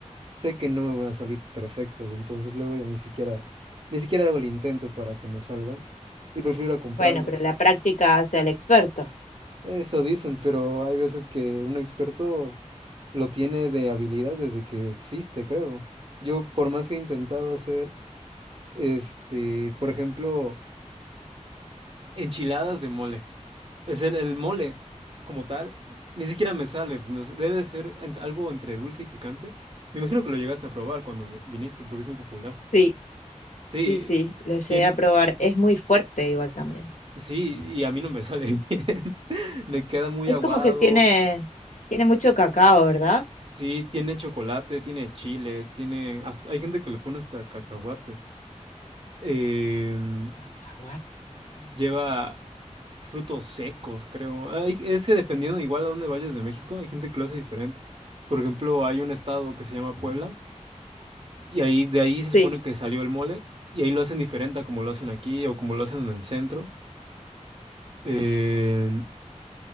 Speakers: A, on the right; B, on the left.
A: sé que no me van a salir perfectos, entonces luego ya ni siquiera, ni siquiera hago el intento para que me salgan y prefiero ir a comprarlos.
B: Bueno, pero la práctica hace al experto.
A: Eso dicen, pero hay veces que un experto lo tiene de habilidad desde que existe, creo. Yo, por más que he intentado hacer, este, por ejemplo, Enchiladas de mole. Es el, el mole como tal, ni siquiera me sale. no sé, Debe de ser ent- algo entre dulce y picante. Me imagino que lo llegaste a probar cuando vi- viniste, porque es muy popular.
B: Sí,
A: Sí,
B: sí, sí, lo llegué
A: tiene,
B: a probar. Es muy fuerte igual también.
A: sí, y a mí no me sale <laughs> bien. Me queda muy
B: Es
A: aguado,
B: como que tiene, tiene mucho cacao, ¿verdad?
A: Sí, tiene chocolate, tiene chile, tiene... hasta- hay gente que le pone hasta cacahuates. Em,
B: Cacahuate.
A: lleva frutos secos, creo. Hay- es que dependiendo igual a dónde vayas de México, hay gente que lo hace diferente. Por ejemplo, hay un estado que se llama Puebla y ahí de ahí se supone
B: Sí,
A: que salió el mole y ahí lo hacen diferente a como lo hacen aquí o como lo hacen en el centro. Em,